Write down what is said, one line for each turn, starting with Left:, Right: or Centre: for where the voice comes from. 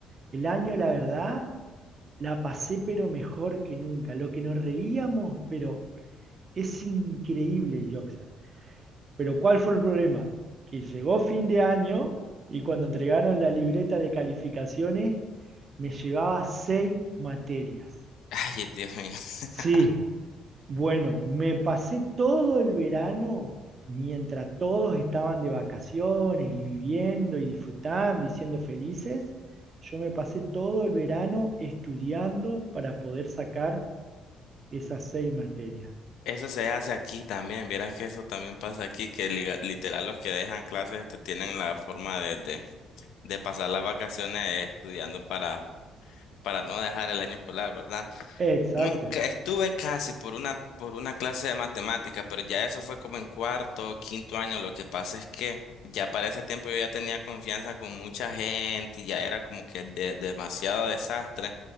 Right: el año, la verdad, la pasé pero mejor que nunca. Lo que nos reíamos, pero es increíble, Joxer. Pero ¿cuál fue el problema? Que llegó fin de año y cuando entregaron la libreta de calificaciones, me llevaba seis materias.
Left: <laughs> Ay, Dios mío. <laughs>
Right: Sí, bueno, me pasé todo el verano mientras todos estaban de vacaciones y viviendo y disfrutando y siendo felices. Yo me pasé todo el verano estudiando para poder sacar esas seis materias.
Left: Eso se hace aquí también, vieras que eso también pasa aquí, que liga- literal los que dejan clases este, tienen la forma de, de, de pasar las vacaciones estudiando para, para no dejar el año escolar, ¿verdad?
Right: Exacto.
Left: Nunca
Right: <laughs>
Left: estuve casi por una, por una clase de matemática, pero ya eso fue como en cuarto o quinto año. Lo que pasa es que ya para ese tiempo yo ya tenía confianza con mucha gente y ya era como que de- demasiado desastre.